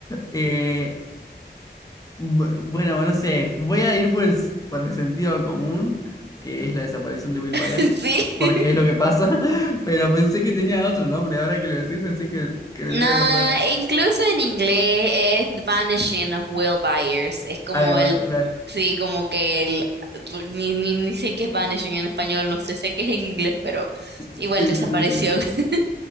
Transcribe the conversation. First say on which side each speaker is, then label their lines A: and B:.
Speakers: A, on the left (about 20°); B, on the right (about 70°).
A: Eh, Bu- Bueno, no sé, voy a ir por el, s- por el sentido común, que es la desaparición de Will
B: Sí.
A: Byers, porque es lo que pasa, <laughs> pero pensé que tenía otro nombre, ahora que lo decís pensé que, que me
B: Nah,
A: lo iba a acordar.
B: incluso en inglés es The Vanishing of Will Byers. Es como
A: Ahí va,
B: el,
A: claro.
B: sí, como que el, pues, ni, ni, ni sé qué es vanishing en español, no sé, sé qué es en inglés, pero
A: Sí,
B: igual desapareció.
A: sí, sí, sí.
B: <laughs>